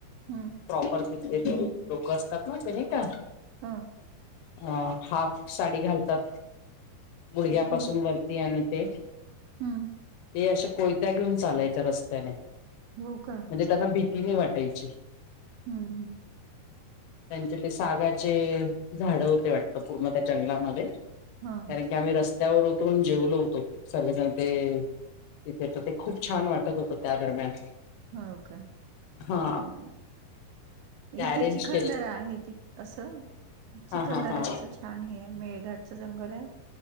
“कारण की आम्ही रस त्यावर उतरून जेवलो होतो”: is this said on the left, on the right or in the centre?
Left